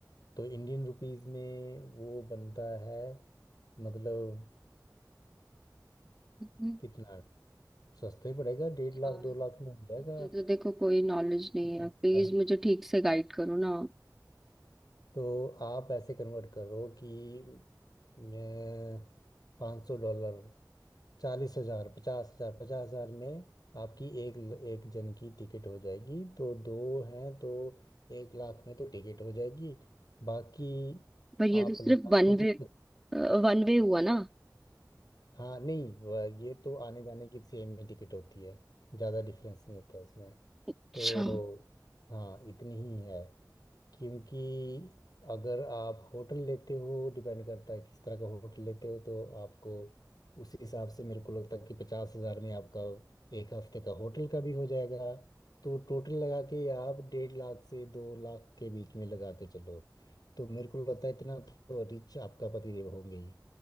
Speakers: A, on the left; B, in the centre.
A: तो इंडियन रुपीस में वो बनता है मतलब
B: हम्म,
A: कितना सस्ते पड़ेगा डेढ़
B: यार
A: लाख दो लाख में हो
B: मुझे
A: जाएगा
B: तो देखो कोई नॉलेज नहीं
A: टिकट
B: है प्लीज
A: का
B: मुझे ठीक से गाइड करो ना
A: तो आप ऐसे कन्वर्ट करो कि मैं 500 डॉलर चालीस हजार पचास हजार पचास हजार में आपकी एक एक जन की टिकट हो जाएगी तो दो हैं तो एक लाख में तो टिकट हो जाएगी बाकी
B: पर ये
A: आप
B: तो सिर्फ
A: लगा
B: वन
A: लो
B: वे
A: कि
B: वन वे हुआ ना
A: हाँ नहीं वह- ये तो आने जाने की सेम ही टिकट होती है ज़्यादा डिफरेंस नहीं होता उसमें
B: अच्छा
A: तो हाँ इतनी ही है क्योंकि अगर आप होटल लेते हो डिपेंड करता है किस तरह का होटल लेते हो तो आपको उसी हिसाब से मेरे को लगता है कि पचास हज़ार में आपका एक हफ्ते का होटल का भी हो जाएगा तो टोटल लगा के आप डेढ़ लाख से दो लाख के बीच में लगा के चलो तो मेरे को लगता है इतना तो रिच आपका पतिदेव होंगे ही